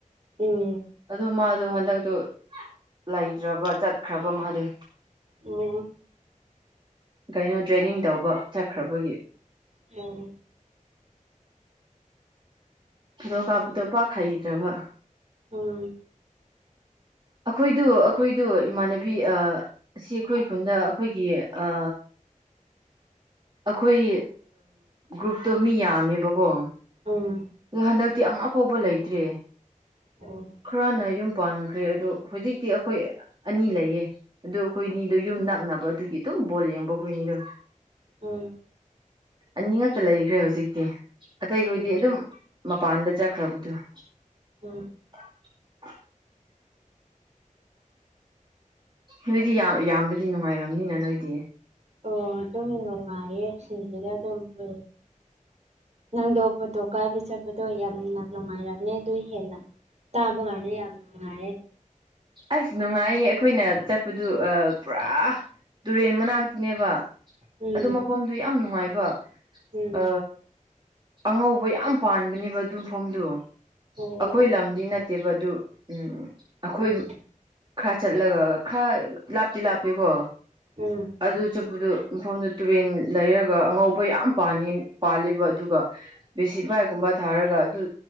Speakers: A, on the right (about 55°); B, on the right (about 35°).
A: ꯎꯝ
B: ꯑꯗꯣ ꯃꯥꯗꯣ ꯍꯟꯗꯛꯇꯣ ꯂꯩꯇ꯭ꯔꯕ ꯆꯠꯈ꯭ꯔꯕ ꯃꯥꯗꯣ
A: ꯑꯣ
B: ꯀꯩꯅꯣ ꯇ꯭ꯔꯦꯅꯤꯡ ꯇꯧꯕ ꯆꯠꯈ꯭ꯔꯕꯒꯤ
A: ꯑ
B: ꯐꯣꯇꯣ ꯀꯥꯞꯄꯗꯣ ꯄꯥꯛ ꯍꯩꯇ꯭ꯔꯕ
A: ꯎꯝ
B: ꯑꯩꯈꯣꯏꯗꯨ ꯑꯩꯈꯣꯏꯗꯨ ꯏꯃꯥꯟꯅꯕꯤ ꯑꯥ ꯑꯁꯤ ꯑꯩꯈꯣꯏ ꯈꯨꯟꯗ ꯑꯩꯈꯣꯏꯒꯤ ꯑ ꯑꯩꯈꯣꯏ ꯒ꯭ꯔꯨꯞꯇꯣ ꯃꯤ ꯌꯥꯝꯃꯦꯕꯀꯣ
A: ꯑꯥ
B: ꯑꯗꯣ ꯍꯟꯗꯛꯇꯤ ꯑꯃꯨꯛ ꯑꯐꯥꯎꯕ ꯂꯩꯇ꯭ꯔꯦ
A: ꯎꯝ
B: ꯈꯔꯅ ꯌꯨꯝ ꯄꯥꯟꯈ꯭ꯔꯦ ꯑꯗꯣ ꯍꯧꯖꯤꯛꯇꯤ ꯑꯩꯈꯣꯏ ꯑꯅꯤ ꯂꯩꯌꯦ ꯑꯗꯣ ꯑꯩꯈꯣꯏꯅꯤꯗꯣ ꯌꯨꯝ ꯅꯛꯅꯕ ꯑꯗꯨꯒꯤ ꯑꯗꯨꯝ ꯕꯣꯜ ꯌꯦꯡꯕ ꯑꯩꯈꯣꯏꯅꯤꯗꯣ
A: ꯎꯝ
B: ꯑꯅꯤꯉꯛꯇ ꯂꯩꯈ꯭ꯔꯦ ꯍꯧꯖꯤꯛꯇꯤ ꯑꯇꯩꯈꯣꯏꯗꯤ
A: ꯎꯝ
B: ꯑꯗꯨꯝ ꯃꯄꯥꯟꯗ ꯆꯠꯈ꯭ꯔꯕꯗꯨ
A: ꯎꯝ
B: <inaudible> ꯅꯣꯏꯗꯤ ꯌꯥꯝ ꯌꯥꯝꯅꯗꯤ ꯅꯨꯡꯉꯥꯏꯔꯝꯅꯤꯅ ꯅꯣꯏꯗꯤ
A: ꯑꯣ ꯑꯗꯨꯝ ꯅꯨꯡꯉꯥꯏꯌꯦ ꯁꯤꯡꯁꯤꯗ ꯑꯗꯨꯝ ꯐ ꯅꯪꯗꯣ ꯊꯀꯥꯕꯤ ꯁ ꯑꯗꯣ ꯌꯥꯝꯅ ꯅꯨꯡꯉꯥꯏꯔꯝꯅꯦ ꯑꯗꯨꯗ ꯍꯦꯟꯅ ꯇꯥꯕ ꯀꯥꯟꯗ ꯌꯥꯝ ꯅꯨꯡꯉꯥꯏꯔꯦ
B: ꯑꯁ ꯅꯨꯡꯉꯥꯏꯌꯦ ꯑꯩꯈꯣꯏꯅ ꯆꯠꯄꯗꯨ ꯄꯨꯔꯥ ꯇꯨꯔꯦꯟ ꯃꯅꯥꯛꯇꯅꯦꯕ
A: ꯎꯝ
B: ꯑꯗꯨ ꯃꯐꯝꯗꯨ ꯌꯥꯝ ꯅꯨꯡꯉꯥꯏꯕ
A: ꯎꯝ
B: ꯑ ꯑꯉꯧꯕ ꯌꯥꯝ ꯄꯥꯟꯕꯅꯦꯕ ꯑꯗꯨꯐꯝꯗꯨ
A: ꯑꯣ
B: ꯑꯩꯈꯣꯏ ꯂꯝꯗꯤ ꯅꯠꯇꯦꯕ ꯑꯗꯨ ꯎ ꯑꯩꯈꯣꯏ
A: ꯎꯝ
B: ꯈꯔ ꯆꯠꯂꯒ ꯈꯔ ꯂꯥꯞꯇꯤ ꯂꯥꯞꯄꯤꯀꯣ
A: ꯎꯝ
B: ꯑꯗꯨ ꯆꯠꯄꯗꯨ ꯃꯐꯝꯗꯨ ꯇꯨꯔꯦꯟ ꯂꯩꯔꯒ ꯑꯉꯧꯕ ꯌꯥꯝ ꯄꯥꯅꯤ ꯄꯥꯜꯂꯤꯕ ꯑꯗꯨꯒ
A: <inaudible>
B: ꯕꯦꯁꯤ ꯏꯕꯥꯏ ꯀꯨꯝꯕ ꯊꯥꯔꯒ ꯑꯗꯨ